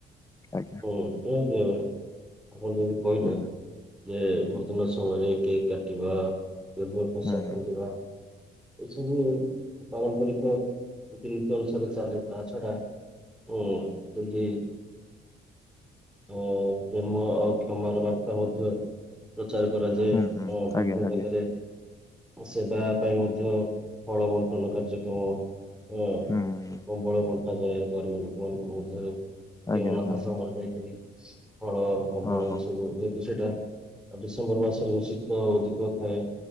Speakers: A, on the left (about 15°); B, in the centre.
A: ଆଜ୍ଞା।
B: ହଁ <unintelligible> ଆପଣ ଯଦି କହିଲେ।
A: ହୁଁ
B: ଯେ ବର୍ତ୍ତମାନ ସମୟରେ କେକ୍ କାଟିବା ଭର ପୋସା
A: ହୁଁ ହୁଁ
B: ପିଧିବା। କିଛି ବି ପାରମ୍ପରିକ ରୀତିନୀତି ଅନୁସାରେ ଚାଲେ ତା ଛଡ଼ା ଓ ହଉଚି। ଓ ପ୍ରେମ ଆଉ କ୍ଷମାର ବାର୍ତ୍ତା ମଧ୍ୟ ପ୍ରଚାର କରାଯାଏ
A: ହୁଁ ହୁଁ
B: ଓ ବିଭିନ୍ନ
A: ଆଜ୍ଞା ଆଜ୍ଞା
B: ଜାଗାରେ। ସେବା ପାଇଁ ମଧ୍ୟ ଫଳ ବଣ୍ଟନ କାର୍ଯ୍ୟକ୍ରମ ଅ
A: ହୁଁ ହୁଁ
B: କମ୍ବ ଳ ବଣ୍ଟାାଯାଏ ଗରିବ ଲୋକ ଏମାନଙ୍କ ମଧ୍ୟରେ।
A: ଆଜ୍ଞା
B: କି ଅନାଥ
A: ହୁଁ
B: ଆଶାରମରେ
A: ହୁଁ
B: ଯାଇକରି ଫଳ କବଳ
A: ହଁ ହଁ
B: ସବୁ ଯେହେତୁ ସେଇଟା ଆଉ ଡିସେମ୍ବର ମାସରେ ମୁ ଶୀତ ଅଧିକ ଥାଏ।